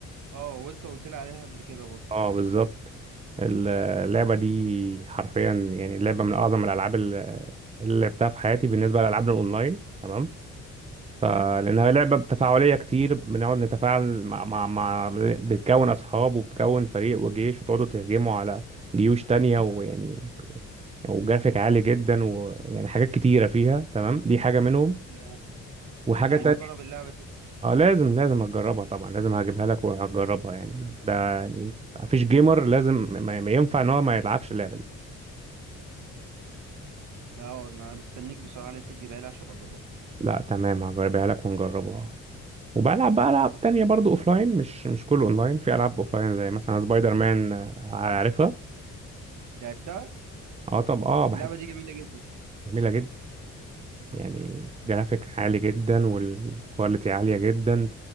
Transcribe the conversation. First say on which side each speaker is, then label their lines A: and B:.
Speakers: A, on the right (about 75°); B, on the right (about 20°).
A: اه وانت قلت لي عليها قبل كده برضه
B: اه بالظبط اللعبه دي حرفيا يعني لعبه من اعظم الالعاب اللي اللي لعبتها في حياتي بالنسبه للالعاب الاونلاين تمام فلأنها لعبة تفاعلية كتير بنقعد نتفاعل مع مع مع بتكون أصحاب وبتكون فريق وجيش وتقعدوا تهجموا على جيوش تانية ويعني وجرافيك عالي جدا ويعني حاجات كتيرة فيها تمام دي حاجة منهم
A: لا،
B: وحاجة
A: انا عايز
B: تانية
A: اجرب اللعبة دي
B: اه لازم لازم هتجربها طبعا لازم هجيبها لك وهتجربها يعني ده يعني مفيش جيمر لازم ما ما ينفع ان هو ما يلعبش اللعبة دي
A: لا اه، انا مستنيك بصراحة اللي انت تجيبها لي عشان اجربها
B: لا تمام هجيبها لك ونجربها وبلعب بقى العاب تانية برضو اوفلاين مش مش كله اونلاين في العاب اوفلاين زي مثلا سبايدر مان آه، عارفها
A: لعبتها
B: اه طب اه بحبها
A: اللعبة دي جميلة جدا
B: جميلة جدا يعني جرافيك عالي جدا والكواليتي عالية جدا